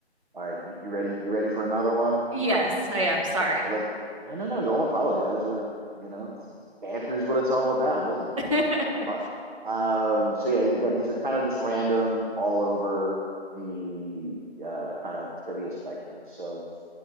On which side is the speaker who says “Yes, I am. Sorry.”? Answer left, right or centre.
Right